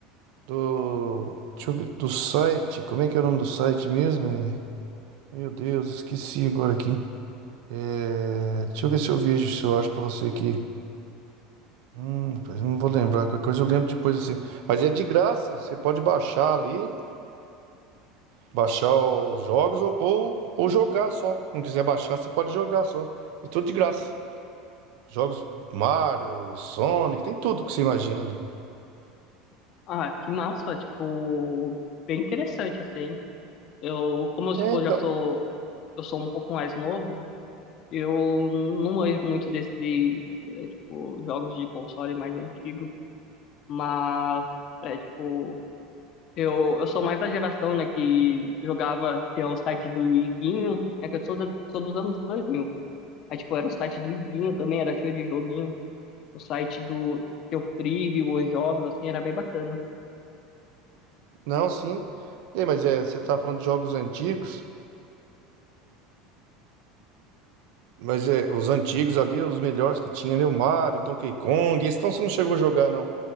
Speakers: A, on the right; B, on the left.
A: do, deixa eu ver, do site. Como é que é o nome do site mesmo? É, Meu Deus, esqueci agora aqui. É, deixa eu ver se eu vejo, se eu acho pra você aqui. Hum, rapaz, eu não vou lembrar, qualquer coisa eu lembro depois assim. Mas é de graça, você pode baixar ali. Baixar os jogos ou, ou, ou jogar só. Se não quiser baixar, você pode jogar só. E tudo de graça. Jogos Mario, Sonic, tem tudo que você imagina ali.
B: Ah, que massa, tipo, bem interessante, assim. Eu, como eu,
A: É,
B: tipo,
A: então.
B: já sou, eu sou um pouco mais novo, eu não manjo muito desse, é, tipo, jogos de console mais antigo, mas, é, tipo, eu, eu sou mais da geração, né, que jogava, tinha o site do Iguinho, é que eu sou, da, sou dos anos dois mil Aí, tipo, era o site do Iguinho também, era cheio de joguinho. o site do que eu preview os jogos, assim, era bem bacana.
A: Não, sim. É, mas é, você tá falando de jogos antigos. Mas é, os antigos ali, os melhores que tinha ali, o Mario, Donkey Kong. Esse então você não chegou a jogar, não.